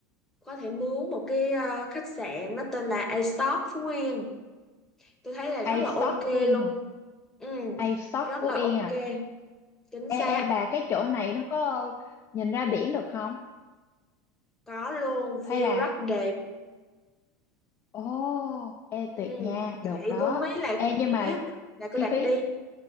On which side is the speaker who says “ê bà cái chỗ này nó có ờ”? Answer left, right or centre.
Left